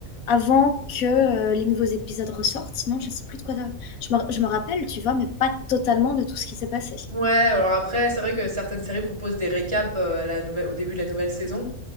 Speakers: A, on the left; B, on the right.
A: avant que euh, les nouveaux épisodes ressortent, sinon je sais plus de quoi. de- Je me, je me rappelle, tu vois, mais pas totalement de tout ce qui s'est passé.
B: Ouais, alors après, c'est vrai que certaines séries proposent des récaps, heu, à la nouvel au début de la nouvelle saison.